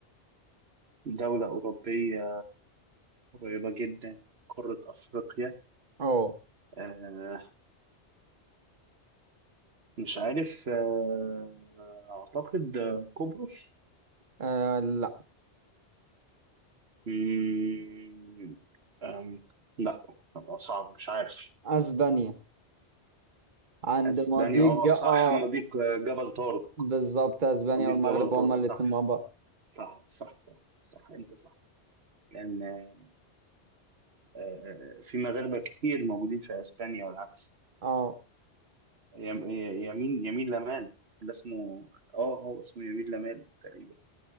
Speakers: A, on the right; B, on the right.
A: دولة أوروبية قريبة جدا قارة أفريقيا
B: اه
A: آه مش عارف آه أعتقد آه، قبرص
B: آه، لا
A: مم، آم، لا صعب مش عارف
B: اسبانيا عند
A: أسبانيا
B: مضيق
A: اه صح
B: اه
A: مضيق آه، جبل طارق
B: بالظبط اسبانيا
A: مضيق
B: والمغرب
A: جبل طارق
B: هما الاتنين
A: صح
B: مع بعض
A: صح صح صح صح انت صح لان آه، آه، في مغاربه كتير موجودين في اسبانيا والعكس
B: اه
A: يم- ي- يمين يمين لمال اللي اسمه اه هو اسمه يمين لمال تقريبا